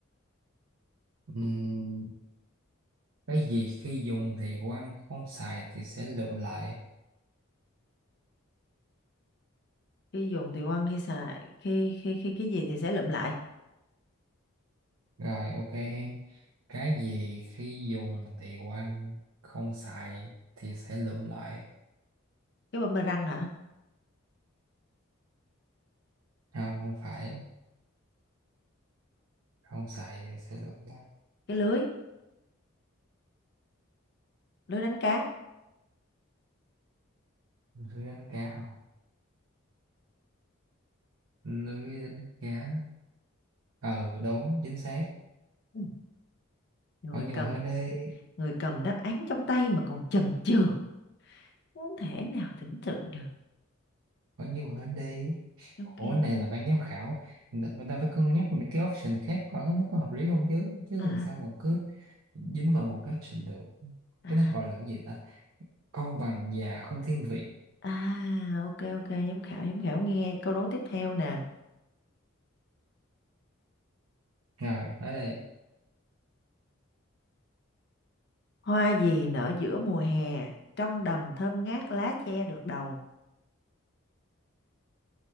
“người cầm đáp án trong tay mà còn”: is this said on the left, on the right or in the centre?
Left